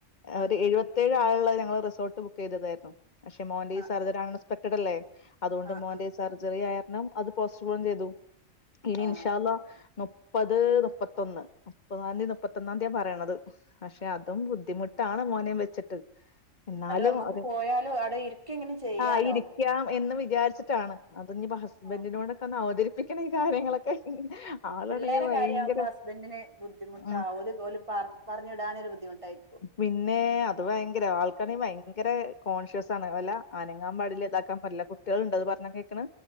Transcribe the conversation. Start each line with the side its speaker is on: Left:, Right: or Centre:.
Right: ആഹ്
Left: ഒരു എഴുപത്തേഴ് ആളുള്ളത് ഞങ്ങൾ റിസോർട്ട് ബുക്ക് ചെയ്തതായിരുന്നു പക്ഷെ മോന്റെ
Right: ആഹ്
Left: ഈ സർജറി
Right: ആഹ്
Left: അൺ എക്സ്പക്റ്റഡല്ലേ അതുകൊണ്ട്
Right: ആഹ് ആഹ്
Left: മോന്റെ
Right: ആഹ്
Left: സർജറി ആയാരണം അത് പോസ്റ്റ് പോണും ചെയ്തു ഇനി
Right: ആഹ്
Left: ഇൻഷാള്ള മു മുപ്പത് മുപ്പത്തൊന്ന് മുപ്പതാം തീ മുപ്പത്തൊന്നാം തീയ പറയണത് പക്ഷെ അതും ബുദ്ധിമുട്ടാണ് മോനേം വെച്ചിട്ട് എന്നാലും
Right: നമ്മക്ക്
Left: അത്
Right: പോയാലും അവിടെ ഇരിക്കെങ്കിലും ചെയ്യാലോ
Left: ആഹ് ഇരി ക്കാം എന്ന് വിചാരിച്ചിട്ടാണ് അത് നിയിപ്പോ ഹസ്ബൻറിനോടൊക്കെ
Right: ആഹ്
Left: ഒന്ന് അവതരിപ്പിക്കണം ഈ കാര്യങ്ങളൊക്കെ
Right: ഉം
Left: ആളാണെങ്കിൽ
Right: പിള്ളേരെ
Left: ഭയങ്കര
Right: കാര്യാവുമ്പോ ഹസ്ബന്റിന് ബുദ്ധിമുട്ടാ
Left: ഉം,
Right: ഓല് കോല് പാ പറഞ്ഞു വിടാനൊരു ബുദ്ധിമുട്ടായി
Left: പിന്നെ അത് ഭയങ്കര ആൾക്കാണെങ്കിൽ ഭയങ്കര കോൺഷ്യസ് ആണ് വല്ല അനങ്ങാൻ പാടില്ലാത്ത ഇതാക്കാൻ പറ്റി കുട്ടികൾ ഉണ്ടത് പറഞ്ഞാ കേൾക്കണ്